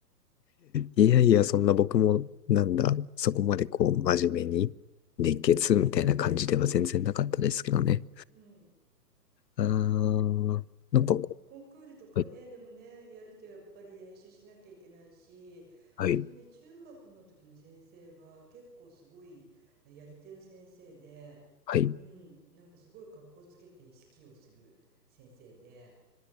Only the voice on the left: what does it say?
いやいや、そんな僕も、なんだ、そこまでこう、真面目に、熱血みたいな感じでは全然なかったですけどね。
あー、なんかこ
う、
はい、
はい、
はい、